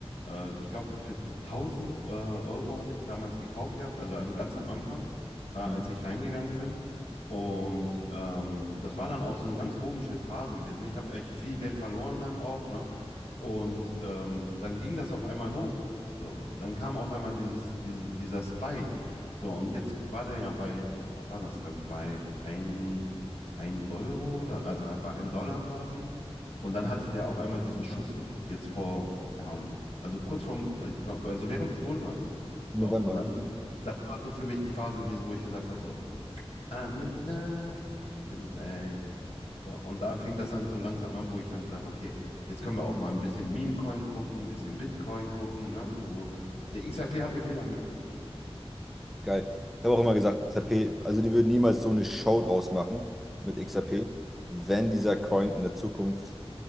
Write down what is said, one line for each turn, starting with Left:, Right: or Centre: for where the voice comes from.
Left: äh, ich glaube, für 1000 äh, Euro hatte ich damals gekauft gehabt, also am- ganz am Anfang, äh, als
Centre: Mhm.
Left: ich reingegangen bin. Und ähm, das war dann auch so eine ganz komische Phase gewesen. ne? Ich habe echt viel Geld verloren dann auch, ne? Und ähm, dann ging das auf einmal hoch. So, dann kam auf einmal dieses, diese, dieser Spike. So, und jetzt war der ja bei, ich glaube, was war das, glaube ich, bei ein, ein Euro oder, also halt bei einem Dollar quasi. Und dann hatte der auf einmal diesen Schuss gemacht. Jetzt vor, keine Ahnung, also kurz vorm, ich glaub, also während des Bullruns. So,
Centre: Im November.
Left: und dann,
Centre: ja.
Left: das war so für mich die Phase gewesen, wo ich gesagt habe, so, I'm in love, ich bin weg. So, und da fing das dann so langsam an, wo ich dann gesagt habe, okay, jetzt können wir auch mal ein bisschen Meme-Coin gucken, ein bisschen Bitcoin gucken, ne? So, der XRP hat mir viel ermöglicht.
Centre: Geil. Ich habe auch immer gesagt, XRP, also die würden niemals so eine Show draus machen mit XRP, wenn dieser Coin in der Zukunft